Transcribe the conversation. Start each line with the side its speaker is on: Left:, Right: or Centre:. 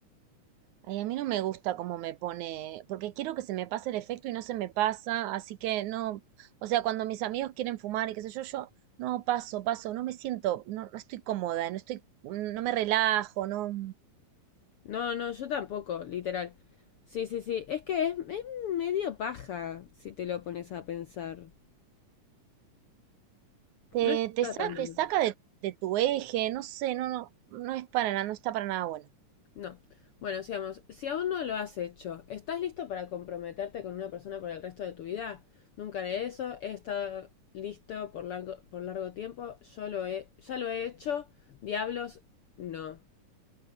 Right: Ay, a mí no me gusta cómo me pone, porque quiero que se me pase el efecto y no se me pasa, así que no, o sea, cuando mis amigos quieren fumar y qué sé yo, yo no paso, paso, no me siento, no, no estoy cómoda, no estoy, no me relajo, no.
Left: No, no, yo tampoco, literal. Sí, sí, sí. Es que es, es medio paja si te lo pones a pensar.
Right: Te,
Left: No está
Right: te, sa-
Left: tan bueno.
Right: te saca de, de tu eje, no sé, no, no, no es para nada, no está para nada bueno.
Left: No. Bueno, sigamos. Si aún no lo has hecho, ¿estás listo para comprometerte con una persona por el resto de tu vida? Nunca haré eso. He estado listo por largo, por largo tiempo. Yo lo he, ya lo he hecho. Diablos, no.